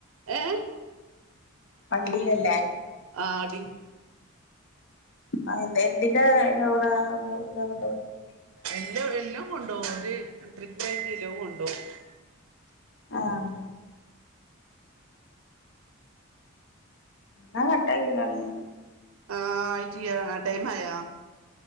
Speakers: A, on the right; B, on the left.
A: ഏഹ്?
B: വണ്ടീലല്ലേ?
A: ആഹ്ടീ.
B: ആ എന്ത്‌ എന്തിന്റെ ലോടാ <unintelligible>
A: എല്ലാം എല്ലാം കൊണ്ടോവും, ഒരു ട്രിപ്പായിട്ട എല്ലോം കൊണ്ടോവും
B: ആഹ് ന്നാ കട്ടാക്കിക്കാളി
A: ആഹ് ആയിട്ടില്ല ആഹ് ടൈം ആയോ